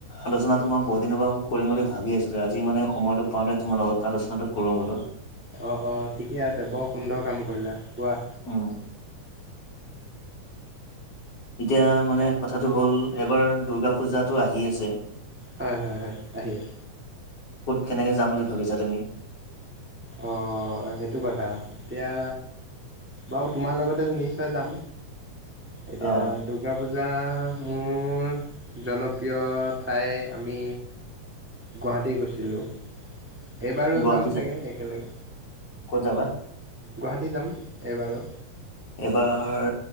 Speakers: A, on the left; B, in the centre.
A: আলোচনাটো মই বহুত দিনৰ পৰা কৰিম বুলি ভাবি আছিলো আজি মানে সময়টোৰ পাওতে তোমাৰ লগত আলোচনাটো কৰো বোলো।
B: অঁ অঁ ঠিকে আছে বৰ সুন্দৰ কাম কৰিলা কোৱা
A: উম, এতিয়া মানে কথাটো হ'ল এবাৰ দুৰ্গা পূজাতটো আহি আছে।
B: হয় হয় হয় আহিয়া
A: কেনেকৈ যাম বুলি ভাবিছা তুমি।
B: অঁ সেইটো কথা এতিয়া। বাৰু তোমাৰ লগতে নিশ্চয় যাম এতিয়া
A: অ
B: দুৰ্গা পূজ- জা মোৰ জনপ্ৰিয় ঠাই আমি গুৱাহাটী গৈছিলোঁ এইবাৰো
A: গুৱাহাটী
B: যাম চাগে
A: যা
B: একেলগে
A: ক'ত যাবা?
B: গুৱাহাটী যাম এবাৰো
A: এবাৰ